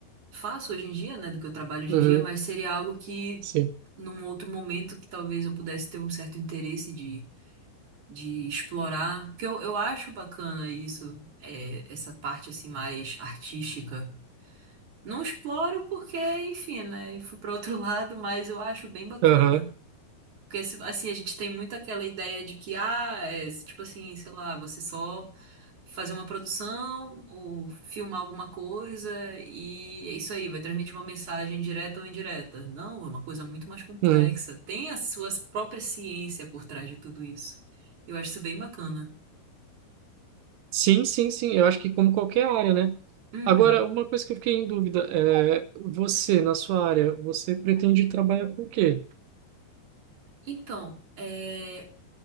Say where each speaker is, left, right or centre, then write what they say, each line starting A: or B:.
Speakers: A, on the right; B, on the right.
A: faço hoje em dia, né, do que eu trabalho hoje
B: Uhum,
A: em dia, mas seria algo que,
B: sim.
A: num outro momento, que talvez eu pudesse ter um certo interesse de, de explorar, porque eu, eu acho bacana isso, é, essa parte, assim, mais artística. Não exploro porque, enfim, né, fui para outro <laughs> lado, mas eu acho bem bacana.
B: Aham.
A: Porque, se- assim, a gente tem muito aquela ideia de que, ah, é, tipo assim, sei lá, você só fazer uma produção ou filmar alguma coisa e é isso aí, vai transmitir uma mensagem direta ou indireta. Não, é uma coisa muito mais complexa.
B: Uhum.
A: Tem a sua própria ciência por trás de tudo isso. Eu acho isso bem bacana.
B: Sim, sim, sim. Eu acho que como qualquer área, né?
A: Uhum.
B: Agora, uma coisa que eu fiquei em dúvida é você, na sua área, você pretende trabalhar com o quê?
A: Então, é,